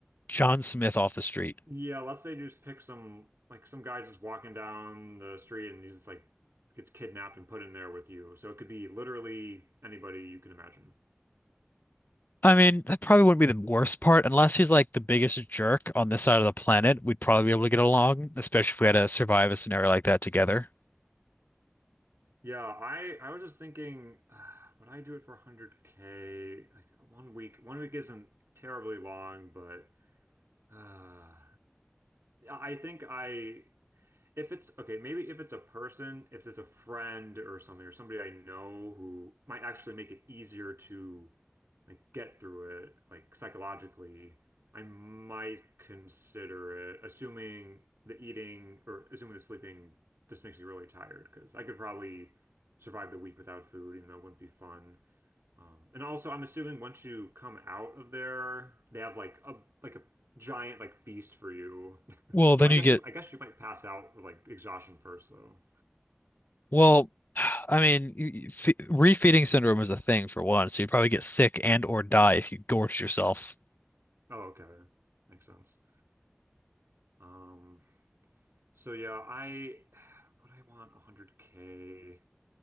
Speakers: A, on the left (about 45°); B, on the right (about 75°).
A: John Smith off the street?
B: Yeah, let's say you just pick some like some guy just walking down the street and he's just like gets kidnapped and put in there with you. So it could be literally anybody you can imagine.
A: I mean, that probably wouldn't be the worst part, unless he's like the biggest jerk on this side of the planet. We'd probably be able to get along, especially if we had to survive a scenario like that together.
B: Yeah, I I was just thinking, <sighs> uh, would I do it for 100K? Like one week. One week isn't terribly long, but uh I think I, if it's okay, maybe if it's a person, if it's a friend or something, or somebody I know who might actually make it easier to like get through it, like psychologically, I might consider it, assuming the eating or assuming the sleeping just makes me really tired because I could probably survive the week without food, even though it wouldn't be fun. Um, and also, I'm assuming once you come out of there, they have like a like a giant like feast for you. <laughs>
A: Well,
B: Though
A: then
B: I
A: you
B: guess
A: get,
B: you I guess you might pass out of, like exhaustion first though.
A: well, <sighs> I mean, you- you- fe refeeding syndrome is a thing for one, so you'd probably get sick and or die if you gorged yourself.
B: Oh, okay. Makes sense. Um, so yeah, I <sighs> would I want 100K.